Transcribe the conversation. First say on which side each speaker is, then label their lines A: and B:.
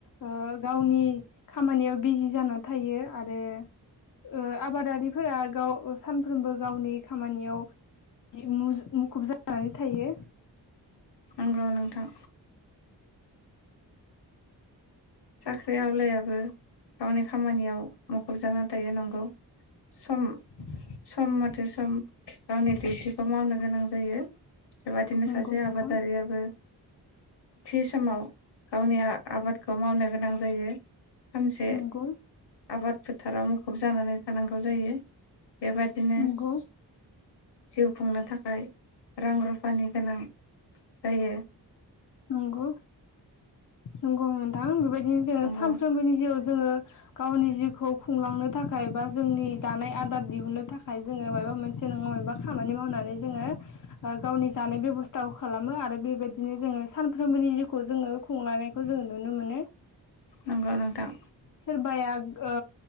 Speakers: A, on the left (about 50°); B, on the left (about 70°).
A: ओ गावनि खामानियाव बिजि जाना थायो आरो ओ आबादारिफोरा गाव ओ सानफ्रोमबो गावनि खामानियाव दि मुज मुखुब जानानै। थायो।
B: नंगौ नोंथां। साख्रि आवलायाबो गावनि खामानियाव मुखुब जानान। दायो नंगौ सम। सम मथे सम गावनि डिउथिखौ मावनो गोनां जायो। बेबादिनो
A: नंगौ
B: सासे
A: नोंथां
B: आबादारियाबो। थि समाव गावनि आ आबादखौ मावनो। गोनां जायो। सानसे
A: नंगौ
B: आबाद फोथाराव मुखुब जा। जानानै थानांगौ जायो। बेबादिनो।
A: नंगौ
B: जिउ खुंनो थाखाय रां रुफानि गोनां जायो।
A: नंगो। नंगौनोंथां बेबायद। बिदि जों
B: नंगौ
A: सानफ्रोमबोनि जिउआवज। जोङो गावनि जिउखौ खुंलांनो थाखाय बा जोंनि जानाय आदार दिहुननो थाखाय जोङो माबा मोनसे नङा माबा खामानि मावनानै जोङो ओ गावनि जानाय बेब'स्थाखौ खालामो आरो बेबायदिनो जोङो सानफ्रोमबोनि जिउखौ जोङो। संलानायखौ जोंङो नुनो मोनो।
B: नंगौ नोंथां।
A: सोरबाया ओ